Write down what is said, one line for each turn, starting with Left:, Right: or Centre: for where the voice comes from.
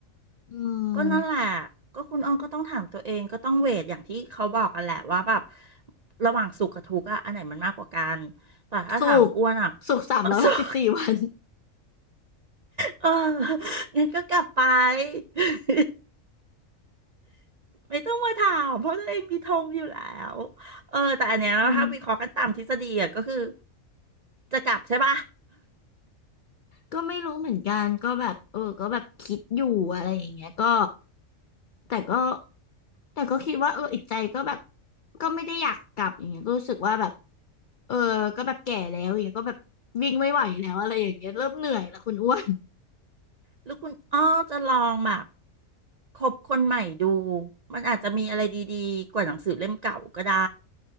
Left: อืม
Right: ก็นั่นแหละ ก็คุณอ้อมก็ต้องถามตัวเองก็ต้องเวทอย่างที่เขาบอกกันแหละว่าแบบระหว่างสุขกับทุกข์อะอันไหนมันมากกว่ากัน แต่ถ้าถามอ้วนอะ
Left: สุกสุกสามร้อยหกสิบสี่
Right: <laughs> เออสุข
Left: <laughs> วัน
Right: เอองั้นก็กลับไป <laughs> ไม่ต้องมาถามเพราะตัวเองมีธงอยู่แล้วเออแต่อันเนี้ยถ้าวิเคราะห์กันตามทฤษฎีอะก็คือ
Left: อืม
Right: จะกลับใช่ปะ
Left: ก็ไม่รู้เหมือนกันก็แบบเออก็แบบคิดอยู่อะไรอย่างเงี้ยก็แต่ก็แต่ก็คิดว่าเอออีกใจก็แบบก็ไม่ได้อยากกลับอย่างเงี้ยก็รู้สึกว่าแบบเออก็แบบแก่แล้วอย่างเงี้ยก็แบบวิ่งไม่ไหวแล้วอะไรอย่างเงี้ยเริ่มเหนื่อยแล้วคุณอ้วน
Right: แล้วคุณอ้อจะลองแบบคบคนใหม่ดูมันอาจจะมีอะไรดีๆกว่าหนังสือเล่มเก่าก็ได้